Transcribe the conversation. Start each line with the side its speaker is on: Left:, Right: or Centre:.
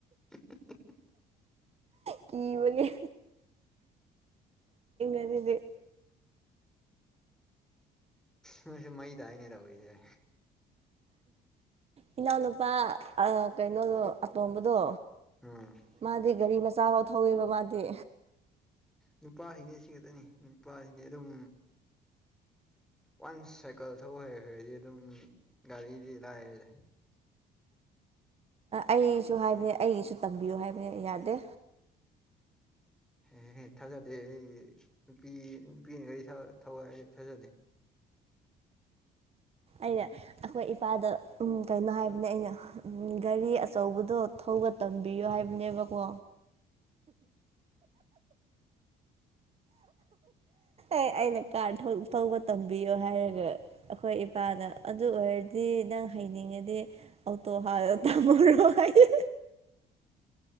Centre: <inaudible>
Right: ꯀꯤꯕꯒꯤꯅ ꯑꯗꯨꯗꯤ
Centre: ꯑꯅꯁꯨ ꯃꯩꯗ ꯍꯥꯏꯅꯦ ꯇꯧꯔꯤꯁꯦ
Right: ꯏꯅꯥꯎꯅꯨꯄꯥ ꯀꯩꯅꯣꯗꯣ ꯑꯇꯣꯝꯕꯗꯣ
Centre: ꯎꯝ
Right: ꯃꯥꯗꯤ ꯒꯥꯔꯤ ꯃꯆꯥꯐꯥꯎ ꯊꯧꯋꯦꯕ ꯃꯥꯗꯤ
Centre: ꯅꯨꯄꯥꯁꯤꯅꯦ ꯁꯤ ꯈꯛꯇꯅꯤ ꯅꯨꯄꯥꯁꯤꯅꯦ ꯑꯗꯨꯝ ꯋꯥꯟꯁ ꯁꯥꯏꯀꯜ ꯊꯧ ꯍꯩꯈ꯭ꯔꯗꯤ ꯑꯗꯨꯝ ꯒꯥꯔꯤꯗꯤ ꯂꯥꯏꯔꯗ
Right: ꯑꯩꯁꯨ ꯍꯥꯏꯕꯅꯦ ꯑꯩꯒꯤꯁꯨ ꯇꯝꯕꯤꯌꯨ ꯍꯥꯏꯕꯅꯦ ꯌꯥꯗꯦ
Centre: ꯑꯦ ꯊꯥꯖꯗꯦ ꯑꯩ ꯅꯨꯄꯤ ꯅꯨꯄꯤꯅꯒꯥꯔꯤ ꯊꯧ ꯊꯧꯕ ꯊꯥꯖꯗꯦ
Right: ꯑꯩꯅ ꯑꯩꯈꯣꯏ ꯏꯄꯥꯗ ꯀꯩꯅꯣ ꯍꯥꯏꯕꯅꯦ ꯑꯩꯅ ꯒꯥꯔꯤ ꯑꯆꯧꯕꯗꯣ ꯊꯒ ꯇꯝꯕꯤꯌꯣ ꯍꯥꯏꯕꯅꯦꯕꯀꯣ ꯑꯦ ꯑꯩꯅ ꯀꯥꯔ ꯐꯧꯕ ꯇꯝꯕꯤꯌꯣ ꯍꯥꯏꯔꯒ ꯑꯩꯈꯣꯏ ꯏꯄꯥꯗ ꯑꯗꯨ ꯑꯣꯏꯔꯗꯤ ꯅꯪ ꯍꯩꯅꯤꯡꯉꯗꯤ ꯑꯣꯇꯣ ꯇꯝꯃꯨꯔꯣ ꯍꯥꯏꯌꯦ